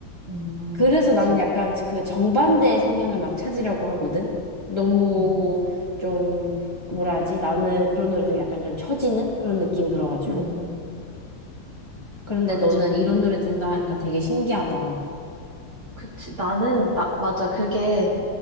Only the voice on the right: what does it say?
음,
그치.
음,
음,
맞아.
그치. 나는, 나, 맞아. 그게,